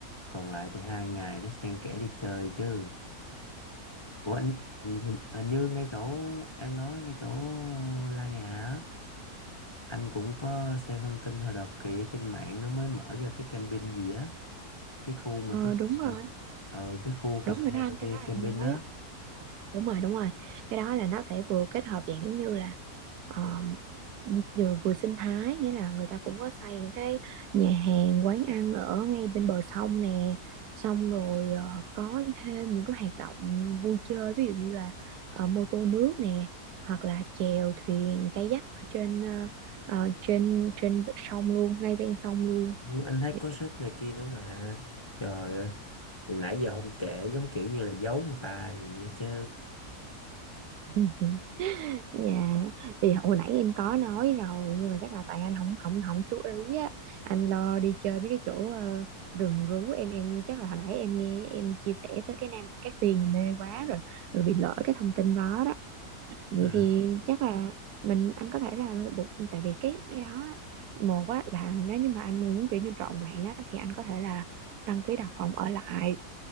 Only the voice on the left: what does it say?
Còn lại thì hai ngày nó xen kẽ đi chơi chứ. Ủa anh, anh, anh như ngay chỗ em nói ngay chỗ La Ngà á. Anh cũng có xem thông tin hồi đợt kì trên mạng nó mới mở ra cái camping gì á, cái khu mà
cái
khu
mình ở cái khu cà
phê
camping
á.
Ừ, Anh thấy
có shop này kia nữa mà. Trời ơi, thì nãy giờ không kể giống kiểu như là giấu người ta gì vậy chứ.
Ừ.